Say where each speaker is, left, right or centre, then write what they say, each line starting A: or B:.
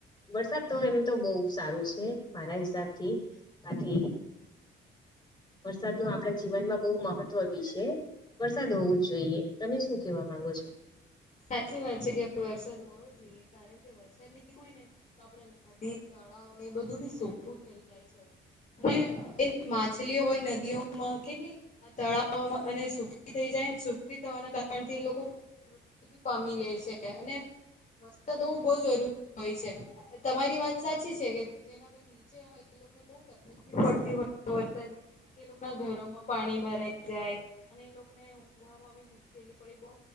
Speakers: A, on the left; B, on the left.
A: વરસાદ તો એમ તો બહુ સારો છે મારા હિસાબથી બાકી વરસાદ નુ આપડા જીવનમાં બહુ મહત્વ બી છે. વરસાદ હોવું જ જોઈએ તમે શું કેવા માંગો છો?
B: સાચી વાત છે કે વરસાદ હોવો જોઈએ કારણ કે વરસાદ ની હોય ને તો આપડા નદી ત તળાવ ને એ બધું બી સુકુ થઈ જાય છે. અને એ માછલીઓ હોય નદીઓમાં કેટલી તળાવમાં અને સુખી થઈ જાય સુખી થવાના કારણ થી લોકો મૃત્યુ બી પામી લે છે અને વરસાદ હોવું બઉ જરૂરી હોય છે. તમારી વાત સાચી છે કે જેના ઘર નીચે હોય એ લોક બહુ તકલીફ પડતી હોય વરસાદની એ લોકો ના ઘરોમાં પાણી ભરાઈ જાય અને ને ઉઘવામાં મુશ્કેલી પડી બહુ